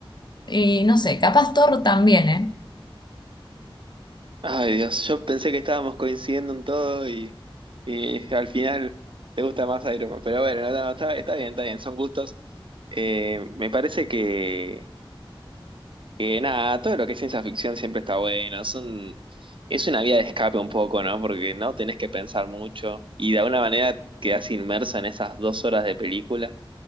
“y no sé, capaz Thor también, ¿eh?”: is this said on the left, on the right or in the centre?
Left